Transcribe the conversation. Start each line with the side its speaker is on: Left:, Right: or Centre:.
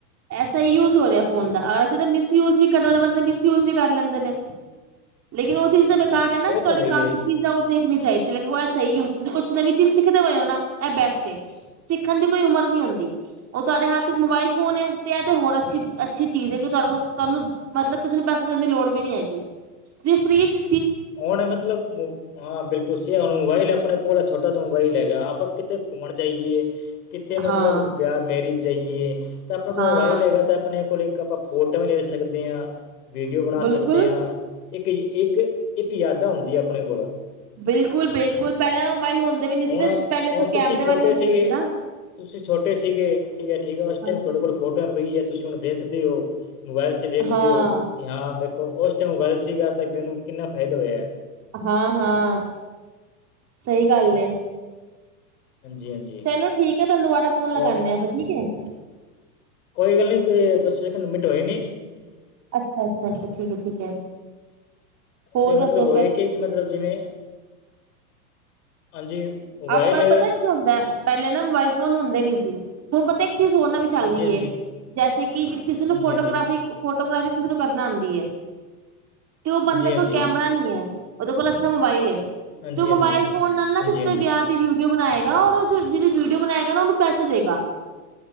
Right: ਐਸਾ ਹੀ ਯੂਜ ਹੋ ਰਿਹਾ ਫੋਨ ਦਾ ਅਗਰ ਅਸੀ ਮਿਸਯੂਜ ਵੀ ਕਰਨ ਵਾਲੇ ਬੰਦੇ ਮਿਸਯੂਜ ਵੀ ਕਰ ਲੈਂਦੇ ਨੇ ਲੇਕਿਨ ਉਹ ਚੀਜ਼ ਘਰ ਹੈ ਨਾ
Left: ਉਹ
Right: ਤੁਹਾਡੇ
Left: ਤਾਂ
Right: ਕੰਮ
Left: ਹੀ ਹੈ
Right: ਦੀ ਚੀਜ਼ ਉਹ ਦੇਖਣੀ ਚਾਹੀਦੀ ਹੈ ਸਹੀ ਹੋ ਤੁਸੀਂ ਕੁਛ ਨਵੀਂ ਚੀਜ਼ ਸਿੱਖਦੇ ਹੋ ਨਾ ਇਹ ਬੈਸਟ ਸਿੱਖਣ ਦੀ ਕੋਈ ਉਮਰ ਨੀ ਹੁੰਦੀ ਉਹ ਤੁਹਾਡੇ ਹੱਥ ਮੋਬਾਇਲ ਫੋਨ ਤੇ ਇਹ ਤੇ ਹੋਰ ਅੱਛੀ-ਅੱਛੀ ਚੀਜ਼ ਹੈ ਕਿ ਤੁ ਤੁਹਾਨੂੰ ਮਤਲਬ ਕਿਸੇ ਨੂੰ ਪੈਸੇ ਦੇਣ ਦੀ ਲੋੜ ਵੀ ਨਹੀ ਹੈਗੀ ਜੀ ਫਰਿਜ਼
Left: ਹੁਣ ਮਤਲਬ ਹਾਂ ਬਿਲਕੁਲ ਸ ਹੁਣ ਮੋਬਾਈਲ ਆਪਣੇ ਕੋਲ ਛੋਟਾ ਜਿਹਾ ਮੋਬਾਈਲ ਹੈਗਾ ਆਪਾਂ ਕਿੱਥ ਘੁੰਮਣ ਜਾਈਏ ਕਿੱਥੇ ਮਤਲਬ
Right: ਹਾਂ
Left: ਵਿਆਹ ਮੈਰਿਜ ਜਾਈਏ ਤਾਂ ਆਪਣੇ ਕੋਲ
Right: ਹਾਂ
Left: ਮੋਬਾਈਲ ਹੈਗਾ ਤਾਂ ਆਪਣੇ ਕੋਲ ਇੱਕ ਆਪਾਂ ਫੋਟੋ ਵੀ ਲੈ ਸਕਦੇ ਹਾਂ ਵੀਡੀਓ ਬਣਾ
Right: ਬਿਲਕੁਲ
Left: ਸਕਦੇ ਹਾਂ ਇੱਕ-ਇੱਕ ਇੱਕ ਯਾਦਾਂ ਹੁੰਦੀ ਆਪਣੇ ਕੋਲ
Right: ਬਿਲਕੁਲ-ਬਿਲਕੁਲ ਪਹਿਲਾਂ ਮੋਬਾਈਲ ਹੁੰਦੇ ਵੀ ਨਹੀਂ ਸੀ
Left: ਹੁਣ
Right: ਤੇ
Left: ਆਪ-
Right: ਪਹਿਲੇ
Left: ਹੁਣ
Right: ਤੋਂ ਕੈਮਰੇ
Left: ਤੁਸੀਂ ਛੋਟੇ
Right: ਵਾਲੇ ਹੁੰਦੇ
Left: ਸੀਗੇ
Right: ਸੀ ਨਾ
Left: ਤੁਸੀਂ ਛੋਟੇ ਸੀਗੇ ਠੀਕ-ਠੀਕ ਉਸ
Right: ਹਾਂਜੀ
Left: ਟਾਈਮ ਤੁਹਾਡੇ ਕੋਲ ਫੋਟੋਆਂ ਪਈ ਹੈ ਤੁਸੀਂ ਹੂਣ ਵੇਖਦੇ ਹੋ ਮੋਬਾਇਲ ਚ ਵੇਖਦੇ
Right: ਹਾਂ
Left: ਹੋ ਕਿ ਹਾਂ ਮੈਂ ਉਸ ਟਾਈਮ ਮੋਬਾਈਲ ਸੀਗਾ ਤੇ ਮੈਨੂੰ ਕਿੰਨਾ ਫਾਇਦਾ ਹੋਇਆ
Right: ਹਾਂ-ਹਾਂ ਸਹੀ ਗੱਲ ਹੈ
Left: ਹਾਂਜੀ ਹਾਂਜੀ
Right: ਚਲੋ ਠੀਕ ਹੈ ਤੁਹਾਨੂੰ ਦੁਬਾਰਾ ਫੋਨ ਲਗਾਂਦੇ
Left: ਔਰ
Right: ਹਾਂ ਫਿਰ ਠੀਕ ਹੈ
Left: ਕੋਈ ਗੱਲ ਨਹੀ ਤੂੰ ਦੱਸ ਸੈਕਿੰਡ ਮਿੰਟ ਹੋਏ ਨੀ
Right: ਅੱਛਾ-ਅੱਛਾ ਅੱਛਾ ਠੀਕ ਹੈ-ਠੀਕ ਹੈ ਹੋਰ
Left: ਤੇ ਮਤਲਬ
Right: ਦੱਸੋ
Left: ਹੋਏ
Right: ਫਿਰ
Left: ਕਿ-ਕਿ ਮਤਲਬ ਜਿਵੇਂ ਹਾਂਜੀ ਮੋਬਾਈਲ
Right: ਆਪਾਂ ਪਤਾ ਕੀ ਹੁੰਦਾ ਪਹਿਲੇ ਨਾ ਮੋਬਾਇਲ ਫੋਨ ਹੁੰਦੇ ਨੀ ਸੀ ਹੁਣ ਪਤਾ ਚੀਜ਼ ਹੋਰਨਾਂ ਵੀ ਚੱਲ
Left: ਹਾਂਜੀ
Right: ਗਈਏ
Left: ਹਾਂਜੀ
Right: ਜੈਸੇ ਕਿ ਕਿਸੇ ਨੂੰ
Left: ਹਾਂਜੀ
Right: ਫੋਟੋਗ੍ਰਾਫੀ-ਫੋਟੋਗ੍ਰਾਫੀ
Left: ਹਾਂਜੀ
Right: ਤੁ ਕਰਨਾ ਆਉਂਦੀ ਹੈ ਤੇ ਉਹ ਬੰਦੇ
Left: ਹਾਂਜੀ ਹਾਂਜੀ
Right: ਕੋਲ ਕੈਮਰਾ ਨਹੀ ਹੈ ਉਹਦੇ ਕੋਲ ਅੱਛਾ ਮੋਬਾਈਲ ਹੈ
Left: ਹਾਂਜੀ
Right: ਤੂੰ ਮੋਬਾਈਲ
Left: ਹਾਂਜੀ ਹਾਂਜੀ
Right: ਫੋਨ ਨਾਲ ਨਾ
Left: ਹਾਂਜੀ
Right: ਵਿਆਹ ਦੀ ਵੀਡੀਓ ਬਣਾਏਗਾ, ਔਰ ਜਿਹੜੀ ਵੀਡੀਓ ਬਣਾਏਗਾ ਨਾ ਉਹਨੂੰ ਪੈਸੇ ਦੇਗਾ